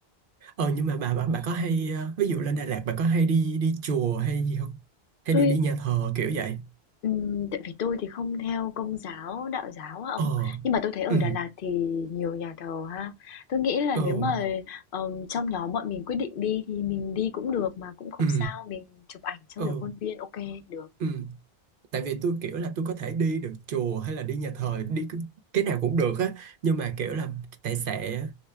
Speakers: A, on the right; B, on the left.
A: Ờ nhưng mà bà bà bà có hay ờ, ví dụ lên Đà Lạt bà có hay đi đi chùa hay gì không? Hay
B: Tôi
A: đi đi nhà thờ kiểu vậy?
B: Ừm, tại vì tôi thì không theo Công giáo, Đạo giáo á ông,
A: Ờ.
B: nhưng mà tôi thấy ở
A: Ừ.
B: Đà Lạt thì nhiều nhà thờ ha. Tôi nghĩ là
A: Ừ.
B: nếu mà ờm, trong nhóm bọn mình quyết định đi thì mình đi cũng được mà cũng không
A: Ừ.
B: sao, mình chụp ảnh chơi
A: Ừ.
B: ở khuôn viên ok được.
A: Ừ. Tại vì tôi kiểu là tôi có thể đi được chùa hay là đi nhà thờ đi cái cái nào cũng được á, nhưng mà kiểu là tại sẽ